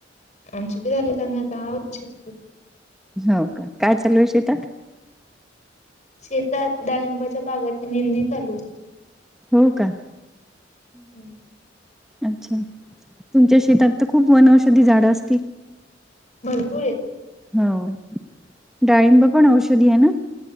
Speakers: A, on the left (about 40°); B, in the centre.
A: आमची बी झालीत कामे आता आहोत छ
B: हो काय चालूय शेतात.
A: शेतात डाळिंबाच्या बागाची निंदनी चालूय.
B: हो का.
A: हम्म.
B: अच्छा तुमच्या शेतात त खूप वन औषधी झाडं असतील?
A: भरपूर आहेत.
B: हो डाळिंब पण औषधी आहे ना?